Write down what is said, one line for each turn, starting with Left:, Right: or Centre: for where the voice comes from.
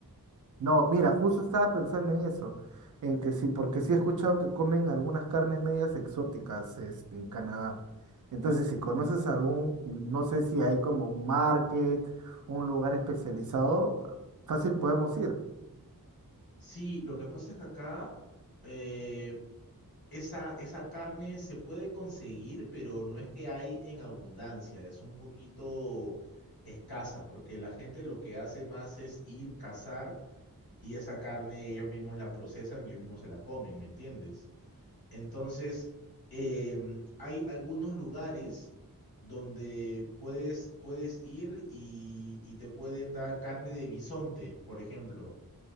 Right: No, mira, justo estaba pensando en eso. En que sí, porque sí he escuchado que comen algunas carnes medias exóticas este, en Canadá. Entonces, si conoces algún, mm, no sé si hay como un market, un lugar especializado, fácil podemos ir.
Left: Sí, lo que pasa es que acá, eh, Esa, esa carne se puede conseguir, pero no es que hay en abundancia, es un poquito escasa, porque la gente lo que hace más es ir cazar y esa carne ellos mismos la procesan y ellos mismos se la comen, ¿me entiendes? Entonces, em, hay algunos lugares donde puedes, puedes ir y, y te pueden dar carne de bisonte, por ejemplo